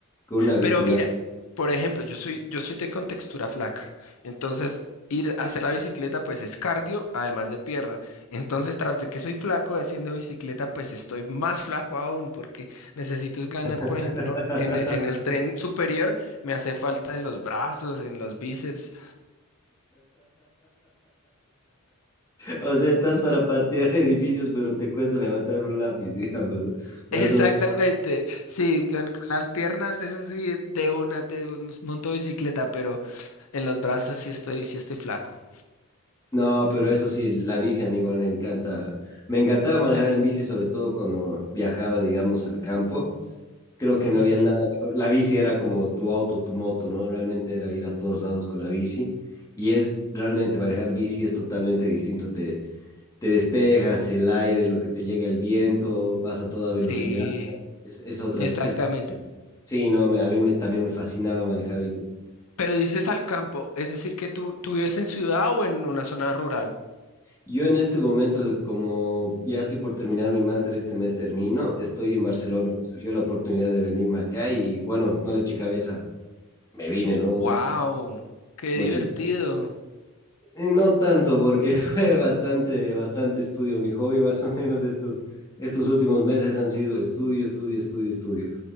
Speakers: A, on the left (about 15°); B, on the left (about 75°).
A: con una bici
B: Pero mira,
A: más.
B: por ejemplo, yo soy, yo soy de contextura flaca, entonces ir a hacer la bicicleta pues es cardio, además de pierna. Entonces, tras de que soy flaco y haciendo bicicleta, pues estoy más flaco aún porque necesito es ganar,
A: <laughs>
B: por ejemplo, en, e- en el tren superior me hace falta en los brazos, en los bíceps.
A: O sea, estás para patear edificios, pero te cuesta levantar un lápiz, <laughs> digamos. Más
B: Exactamente,
A: o-
B: sí, con, con las piernas, eso sí, de una te monto bicicleta, pero en los brazos sí estoy, sí estoy flaco.
A: No, pero eso sí, la bici, amigo, me encanta. Me encantaba manejar en bici, sobre todo cuando viajaba, digamos, al campo. creo que no
B: Ujú.
A: había nada mejor. La bici era como tu auto, tu moto, ¿no? Realmente era ir a todos lados con la bici. Y es realmente manejar bici es totalmente distinto. Te, te despegas, el aire, lo que te llega el viento, vas a toda velocidad.
B: Sí,
A: Es, es otra
B: exactamente.
A: es, sí, no, me- a mí me, también me fascinaba manejar bici.
B: Pero dices al campo, es decir, que tú, tú vives en ciudad o en una zona rural.
A: Yo en este momento, como ya estoy por terminar mi máster, este mes termino, estoy en Barcelona. Surgió la oportunidad de venirme acá y bueno, no le eché cabeza, me vine, ¿no?
B: Wow, qué
A: Mochila,
B: divertido.
A: Eh, No tanto, porque <laughs> fue bastante, bastante estudio. Mi hobby, más o menos, estos, estos últimos meses han sido estudio, estudio, estudio, estudio.